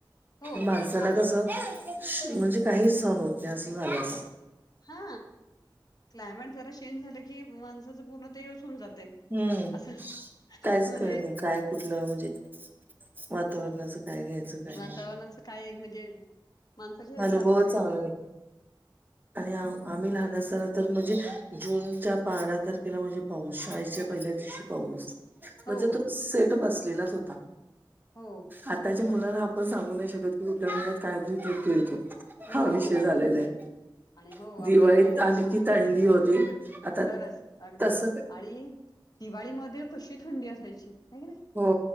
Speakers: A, on the left; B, on the right.
A: हो
B: माणसाला कस म्हणजे काही सण होत नाही अस झालय आता.
A: हा क्लायमेट जरा चेंज झालं की, माणसाचं पूर्ण ते हेच होवून जातय.
B: हम्म.
A: असं
B: कायच
A: म्हणजे
B: कळत नाही, काय कुठलं म्हणजे वातावरणाचं काय घ्यायचं काय
A: वातावरणाचं
B: नाही.
A: काय म्हणजे माणसाच्या हेळच
B: अनुभवच
A: लागत नाही
B: चांगला
A: आपल्याला
B: आणि ना आम्ही लहान असताना तर म्हणजे जूनच्या बारा तारखेला म्हणजे पावसाळ्या पहिल्या दिवशी पाऊस
A: हो
B: म्हणजे तो सेट बसलेलाच होता.
A: हो
B: आताच्या मुलांना
A: पण
B: आपण सांगू नाही शकत की कुठल्या मनात काय <unintelligible> येतोय तो
A: हो
B: हा विषय
A: नाहीतर
B: झालेला
A: काय
B: आहे.
A: आणि हो
B: दिवाळीत
A: आपल्या काळी ते
B: आली
A: तसच
B: की
A: हे होतं
B: थंडी होती आता
A: खरंच अगदी
B: तस
A: बर आणि दिवाळीमध्ये कशी थंडी असायची. की नाही
B: हो